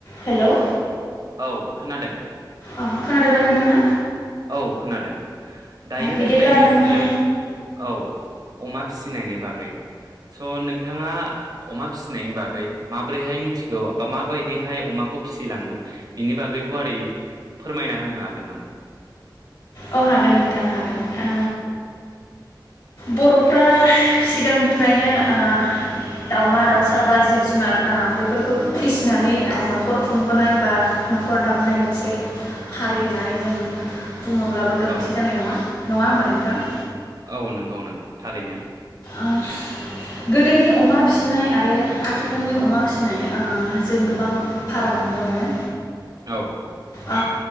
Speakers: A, on the left; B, on the right.
A: हेल'
B: औ खोनादों।
A: ओ खोनादोंना नोंथाङा?
B: औ खोनादों दायो
A: बिदिब्ला
B: रायज्लायनो
A: नोंथां
B: सानदों औ अमा फिसिनायनि बागै स' नोंथाङा अमा फिसिनायनि बागै माबोरैहाय मिथिगौ बा माबायदिहाय अमाखौ फिसिलाङो बिनि बागै गुवारै फोरमायना होनो हागोन नामा?
A: औ हागोन नोंथां हागोन ओ बर'फ्रा सिगांनिफ्रायनो ओ दाउमा दाउसा बा जिब जुनार ओ बेफोरखौ फिसिनानै न'खर खुंबोनाय बा न'खर दाबोनाय मोनसे हारि होननानै जों बुङोब्लाबो गोरोन्थि
B: औ
A: जानाय नङा। नङा होमबा नोंथां?
B: औ नोंगौ नोंगौ थारैनो।
A: ओ गोदोनि अमा फिसिनाय आरो आथिखालनि अमा फिसिनाय ओ जों गोबां फाराग नुनो मोनो।
B: औ।
A: ओ